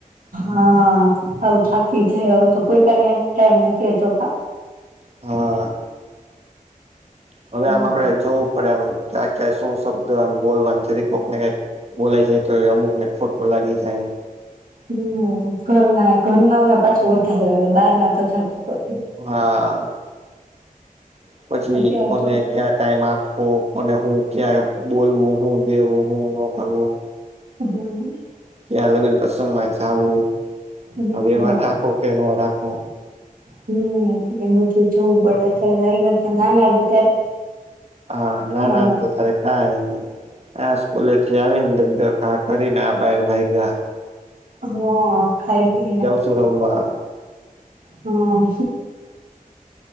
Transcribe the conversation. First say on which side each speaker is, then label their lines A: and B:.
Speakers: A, on the right (about 70°); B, on the right (about 45°).
A: હા સાવ થાકી જઈ હવે તો કોઈ કને ટાઈમ નથી લેતો.
B: હા. હવે
A: હમ
B: આમ આપડે જોવું પડે આમ ક્યાં ક્યાં શું શબ્દ આમ બોલવા જીરીક કોકને કંઈક. બોલાય જાય તો એ અમુકને ખોટું લાગી જાય.
A: હું ઘરના ઘરનાવોને પાછું વધારે લાગે બહાર નાતો જાતું કરીદે.
B: હા. પછી
A: અત્યારે
B: કોને.
A: તો
B: ક્યાં ટાઈમ આપવો કોને હું ક્યાં બોલવું હું દેવું હું નો કરવું.
A: હું.
B: કેયાં લગન પ્રસંગ માં જાવું
A: હમ
B: આ વ્યવહાર રાખો કે ન રાખો.
A: હમ એ બઘું જોવ પડે ત્યારે કર ના ના ત્યારે.
B: હા ના હતા
A: કાઈ
B: ત્યારે. કાઇ ની આ સ્કુલે થી આવીને દગદર ઘા કરીને આ બાર ભાઈ ગયા.
A: હા ખાઈ પીને ને.
B: જો રમવા.
A: હા.